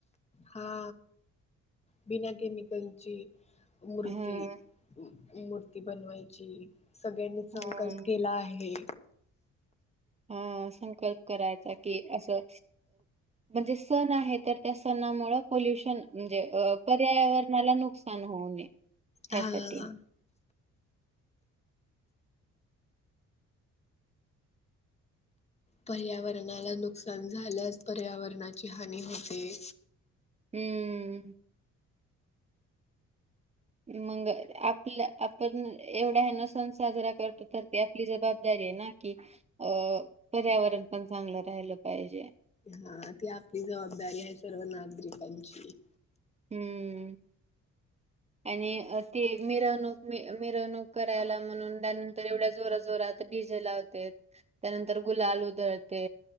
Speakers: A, on the left; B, on the right.
A: हा बिना केमिकलची. मूर्ती
B: हं
A: मूर्ती बनवायची. सगळ्यांनी
B: हं
A: संकल्प केला आहे.
B: हा संकल्प करायचा की असं. म्हणजे सण आहे तर त्या सणामुळे पोल्युशन, म्हणजे अ पर्यावरणाला नुकसान होऊ नय ह्यासाठी
A: हा पर्यावरणाला नुकसान झाल्यास पर्यावरणाची हानी होते.
B: हम्म मंग आपल्या आपण एवढा हे न सण साजरा करतो. तर ते आपली जबाबदारी की अ पर्यावरण पण चांगलं राहिलं पाहिजे.
A: हा ती आपली जबाबदारी आहे सर्व नागरिकांची.
B: हम्म आणि ती मिरवणूक, मिरवणूक करायला म्हणून त्यानंतर एवढ्या जोरा जोरात डीजे लावतेत त्यानंतर गुलाल उधळते